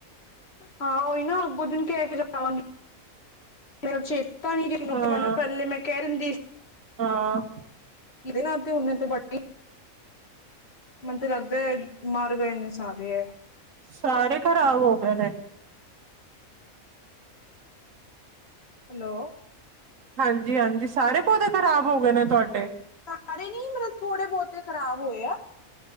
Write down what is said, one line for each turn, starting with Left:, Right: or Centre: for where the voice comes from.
Left: ਹਾਂ ਉਹੀ ਨਾ ਅੱਗੋ ਦਿਨ ਕ ਕੇ ਜਾਵਾਂਗੇ ਮੇਰੇ ਚੇ ਤਾਂਵੀ ਕਿਹਨੂੰ
Right: ਹਾਂ
Left: ਕਵਾਂ ਪਹਿਲੇ ਮੈਂ ਕਹਿ ਦਿੰਦੀ ਸੀ।
Right: ਹਾਂ।
Left: ਕਿ ਨਾ ਤੇ ਉਹਨੇ ਤੇ ਬੜੇ ਮੈਨੂੰ ਤੇ ਲੱਗਦਾ ਮਰ ਗਏ ਨੇ ਸਾਰੇ ਐ।
Right: ਸਾਰੇ ਖਰਾਬ ਹੋ ਹੋ ਗਏ ਨੇ
Left: ਹੈਲੋ।
Right: ਹਾਂਜੀ, ਹਾਂਜੀ ਸਾਰੇ ਪੌਦੇ ਖ਼ਰਾਬ ਹੋ ਗਏ ਨੇ ਤੁਹਾਡੇ
Left: ਸਾਰੇ ਨੀ ਮਤਲਬ ਥੋੜੇ ਬਹੁਤੇ ਖਰਾਬ ਹੋਏ ਆ।